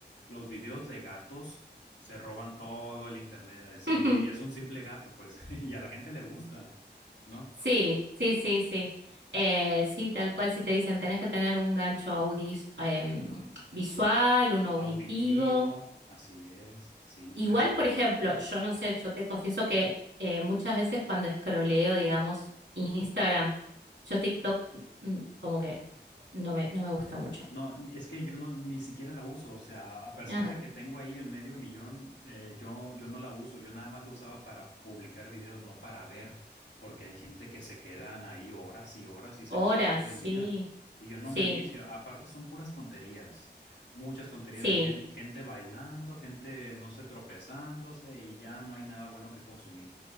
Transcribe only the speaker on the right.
<laughs>
Ujú,
Sí, sí, sí, sí. Eh, sí, tal cual si te dicen, tenés que tener un gancho audis- em, visual, un auditivo.
Igual, por ejemplo, yo no sé, yo te confieso que eh, muchas veces cuando escroleo, digamos, Instagram, yo TikTok mm, como que no me, no me gusta mucho.
Ah,
horas,
sí,
sí,
sí,